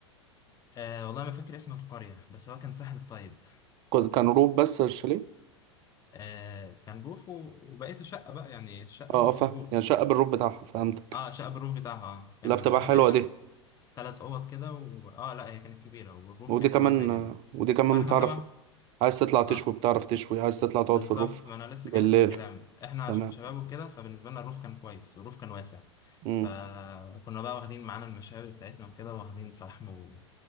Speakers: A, on the left; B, on the right.
A: آه والله ما فاكر اسم القرية بس هو كان ساحل الطيب
B: كنت... كان روف بس الشاليه
A: آه كان بروف و- وبقيته شقة بقى يعني شقة
B: اه
A: وروف
B: اه فاهم يعني شقة بالروف بتاعها فهمتك
A: اه شقة بالروف بتاعها آه. كان
B: لا بتبقى
A: شقة
B: حلوة
A: تقريبا
B: دي
A: تلات أوض كده و... اه لا هي كانت كبيرة والروف
B: ودي
A: كان
B: كمان
A: واسع جدا
B: آه، ودي كمان
A: فاحنا
B: بتعرف
A: طبعا
B: عايز تطلع تشوي
A: اه
B: بتعرف تشوي عايز تطلع تقعد
A: بالظبط
B: في الروف
A: ما انا لسه
B: بالليل
A: جايلك في الكلام احنا عشان
B: تمام
A: شباب وكده فبالنسبه لنا الروف كان كويس والروف كان واسع
B: امم
A: فكنا بقى واخدين معانا المشاوي بتاعتنا وكده واخدين فحم و...